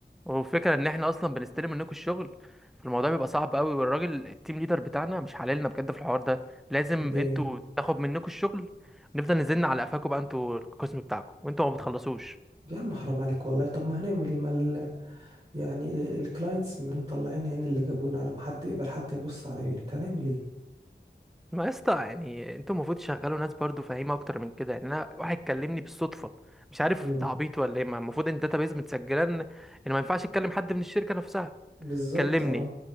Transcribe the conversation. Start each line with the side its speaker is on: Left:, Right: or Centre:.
Centre: والفكره ان احنا اصلا بنستلم منكم الشغل فالموضوع بيبقى صعب قوي والراجل التيم ليدر بتاعنا مش حللنا بجد في الحوار ده لازم
Right: ليه
Centre: انتوا تاخد منكم الشغل نفضل نزلنا على قفاكم بقى انتوا القسم بتاعكم وانتوا ما بتخلصوش
Right: يا عم حرام عليك والله طب ما هنعمل ايه مال يعني الكلاينتس مطلعين عين اللي جابونا على ما حد يقبل حتى يبص على يونت هنعمل ايه
Centre: ما يا اسطى يعني انتوا المفروض تشغلوا ناس برضو فاهمه اكتر من كده يعني انا واحد كلمني بالصدفه مش عارف
Right: امم
Centre: ده عبيط ولا ايه ما المفروض ان الداتابيز متسجله ان ان ما ينفعش اتكلم حد من الشركه نفسها
Right: بالظبط
Centre: كلمني
Right: اه